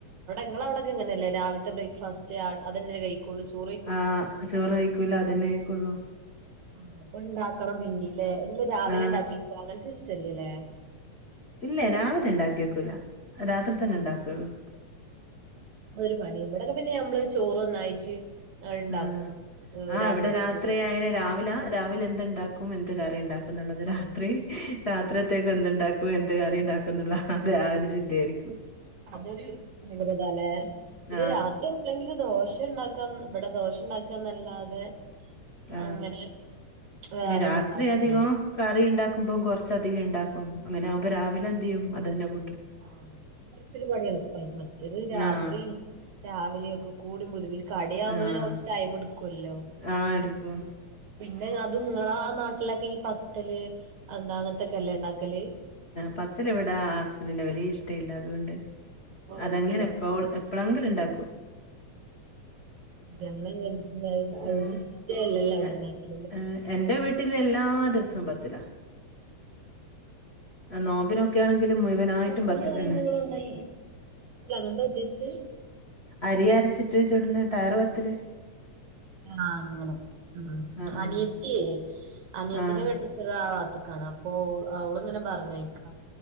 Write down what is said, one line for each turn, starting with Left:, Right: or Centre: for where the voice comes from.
Right: നിങ്ങളവിടെ അങ്ങനെയല്ല രാവിലത്തെ ബ്രേക്ക്ഫാസ്റ്റ് അത് തന്നെ കഴിക്കും ള്ള ചോറ
Left: ആ ചോറ് കഴിക്കൂല അതന്നെ ആയിക്കുള്ളൂ
Right: ആ അപ്പൊ ഇണ്ടാക്കണം പിന്നീല്ലേ ഇ രാവിലെ
Left: ആ.
Right: ഉണ്ടാക്കിക്കോ അങ്ങനത്തെ ഇഷ്ടല്ലേല്ലേ
Left: ഇല്ലേ രാവിലെ ഉണ്ടാക്കിവെയക്കൂല്ല രാത്രി തന്നെ ഉണ്ടാക്കുള്ളൂ
Right: അ ഒരു പണി ഇവിടെയൊക്കെ പിന്നെ നമ്മള് ചോറ ഒന്നായിട്ട് ഇണ്ടാക്കും
Left: ആ ആഹ
Right: രാത്രിക്കും
Left: ഇവിടെ രാത്രി
Right: കൂടി
Left: ആയാലെ രാവിലെ രാവിലെ എന്തുണ്ടാക്കും എന്ത് കറം ഉണ്ടാക്കും എന്നുള്ളത് രാത്രി രാത്രിത്തേക്ക എന്തുണ്ടാക്കും എന്ത് കറിം ഉണ്ടാക്കും അതെ ആ ഒരു ചിന്തയായിരിക്കും
Right: അതൊരു നതല്ലേ
Left: ആ.
Right: ഇത് രാത്രി അല്ലെങ്കിൽ ദോശ ഉണ്ടാക്കാ ഇവിടെ ദോഷ ഉണ്ടാക്കാ എന്നല്ലാതെ
Left: ആ.
Right: അങ്ങനെ വേറെന്നും
Left: പിന്നെ രാത്രി
Right: ഇണ്ടാക്കില്ലേ
Left: അധികം കറി ഉണ്ടാക്കുമ്പോം കുറച്ചധികം ഉണ്ടാക്കും അങ്ങനെ ആകുമ്പോ രാവിലെ എന്ത് ചെയ്യും അതുതന്നെ കൂട്ടും
Right: ആഹ അപ്പൊ കൊറച്ചൊരു പണി എളുപ്പായി മറ്റൊരു രാത്രി
Left: ആഹ്.
Right: രാവിലെയ ഒക്കെ കൂടി <unintelligible> കട ആവുമ്പോ
Left: ആഹ്.
Right: തന്നെ കൊറച്ച് ടൈം എടുക്കൂല്ലോ
Left: ആഹ് എടുക്കും.
Right: പിന്നെ അത് ഇങ്ങളെ ആ നാട്ടിലൊക്കെ ഈ പത്തല് എന്താ അങ്ങനത്തൊക്കെ അല്ല ഉണ്ടാക്കല്
Left: പത്തില എവിടെ ഹസ്ബൻറിന്റെ വലിയ ഇഷ്ട ഇല്ല അതുകൊണ്ട്
Right: പൊറോട്ടയോ
Left: അതെങ്ങനെ എപ്പോ എപ്പോഴെങ്കിലും ഉണ്ടാക്കും
Right: അങ്ങനെ അവിടുത്തെ
Left: ഉം.
Right: സിസ്റ്റം അല്ലല്ലോ അവിടെണ്ടാക്കെ
Left: എ ഏഹ് എന്റെ വീട്ടില് എല്ലാ ദിവസവും പത്തില്ല ആ, നോമ്പിനൊക്കെ ആണെങ്കില് മുഴുവനായിട്ടും
Right: ഈ പത്തല്
Left: പത്തിലന്നെ.
Right: എന്ന് പറയുമ്പോ എന്താ ണന്ത ഉദ്ദേശിച്ചത്
Left: അരി അരച്ചിട്ട് ചുടുന്ന ടയർ വത്തിൽ
Right: ആഹ അങ്ങനെ ഉം
Left: ആഹ്
Right: അനിയത്തിയേ
Left: ആഹ്.
Right: അനിയത്തിന്
Left: ആഹ്
Right: കെട്ടി പുക ആവാത്തക്കാണ് അപ്പൊ അവള ഇങ്ങനെ പറഞ്ഞേക്കാം